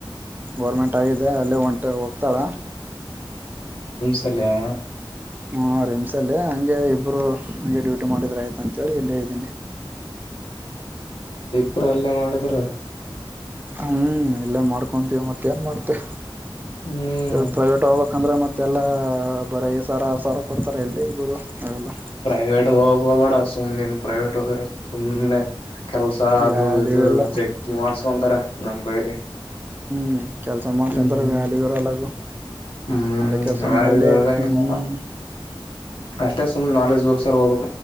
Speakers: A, on the right; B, on the left.
A: ಗೌರ್ಮೆಂಟ್ ಆಗಿದೆ ಅಲ್ಲೇ ಹೊಂಟ ಹೋಗ್ತಾಳ.
B: ಕಲ್ಯಾ
A: ಹಾ ರಿಮ್ಸ ಅಲ್ಲಿ ಹಂಗೆ ಇಬ್ರು ನಂಗೆ ಡ್ಯೂಟಿ ಮಾಡಿದ್ರ ಆಯ್ತ ಅಂತೇಳಿ ಇಲ್ಲೇ ಇದ್ದೀನಿ.
B: ಪರ್ ಎಲ್ಲ ಮಾಡಿದ್ರ
A: ಹ್ಮ ಇಲ್ಲೇ ಮಾಡ್ಕೊಂತೀವಿ ಮತ್ತೇನ್ ಮಾಡ್ತಿ.
B: ಹ್ಮ್
A: ಇದ್ ಪ್ರೈವೇಟ್ ಹೋಬ ಅಂದ್ರೆ ಮತ್ತೆಲ್ಲ ಬರೀ ಐದ್ ಸಾವ್ರ ಆರು ಸಾವಿರ ಕೊಡ್ತಾರೆ ಎಲ್ಲಿ ಗುರು. ಅವೆಲ್ಲ
B: ಪ್ರೈವೇಟ್ಗ್ ಹೋಗಕ್ ಹೋಗ್ಬೇಡ ಸುಮ್ನೀನು. ಪ್ರೈವೇಟ್ ಹೊಗರೆ ಸುಮ್ನೆ ಕೆಲ್ಸ ಅದು
A: ವ್ಯಾಲ್ಯೂ
B: ಇದು
A: ಇಲ್ಲ
B: ಜಗ್ಗಿ ಮಾಡ್ಸ್ಕೊಂತಾರೆ ನಮ್ ಕೈಲಿ.
A: ಹ್ಮ ಕೆಲಸ ಮಾಡ್ಸಕಾಂತರ
B: ಹ್ಮ್ ಹ್ಮ್
A: ವಾಯ್ಡ್ ವಿರಾಲಗು
B: ಹ್ಮ್
A: ಅದಕೆ ಸುಮ್ನೆ
B: ವ್ಯಾಲ್ಯೂ
A: ಎಲ್ಲಿ
B: ಇರಲ್ಲ
A: ಇರ್ತಿ
B: ಏನಿಲ್ಲ
A: <inaudible> ಹ್ಮ್ ಕೆ
B: ಅಷ್ಟೇ ಸುಮ್ ನಾಲೆಜ್ ಗೋಸ್ಕರ ಹೋಗ್ಬೇಕು